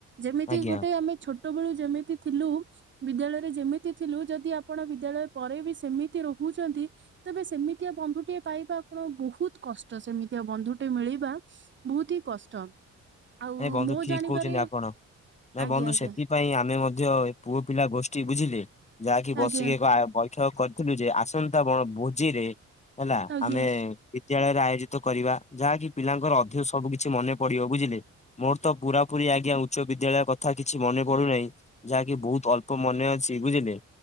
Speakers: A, on the right; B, on the left.
A: ଯେମିତି
B: ଆଜ୍ଞା
A: ଗୋଟେ ଆମେ ଛୋଟ ବେଳୁ ଯେମିତି ଥିଲୁ ବିଦ୍ୟାଳୟରେ ଯେମିତି ଥିଲୁ, ଯଦି ଆପଣ ବିଦ୍ୟାଳୟ ପରେ ବି ସେମିତି ରହୁଛନ୍ତି। ତେବେ ସେମିତିଆ ବନ୍ଧୁଟିଏ ପାଇବା ଆପଣ ବହୁତ କଷ୍ଟ। ସେମିତିଆ ବନ୍ଧୁଟି ମିଳିବା ବହୁତି କଷ୍ଟ। ଆଉ
B: ନାଇ ବନ୍ଧୁ
A: ମୋ
B: ଠିକ
A: ଜାଣିବାରେ
B: କହୁଛନ୍ତି ଆପଣ। ନାଇଁ
A: ଆଜ୍ଞା
B: ବନ୍ଧୁ
A: ଆଜ୍ଞା
B: ସେଥିପାଇଁ ଆମେ ମ ଧ୍ୟ ପୁଅ ପିଲା ଗୋଷ୍ଠୀ ବୁଝିଲେ ଯାହାକି ବସିକି
A: ଆଜ୍ଞା
B: ଏକ ଆ କରିଥିଲୁ ଯେ, ଆସନ୍ତା ବଣ ଭୋଜିରେ ହେଲା
A: ଆଜ୍ଞା
B: ଆମେ ବିଦ୍ୟାଳୟରେ ଆୟୋଜିତ କରିବା ଯାହାକି ପିଲାଙ୍କର ଅଧ ସବୁ କିଛି ମନେ ପଡିବ। ବୁଝିଲେ ମୋର ତ ପୁରା ପୁରି ଆଜ୍ଞା ଉଚ୍ଚ ବିଦ୍ୟାଳୟ କଥା କିଛି ମନେ ପଡୁନାହି। ଯାହାକି ବହୁତ ଅଳ୍ପ ମନେ ଅଛି। ବୁଝିଲେ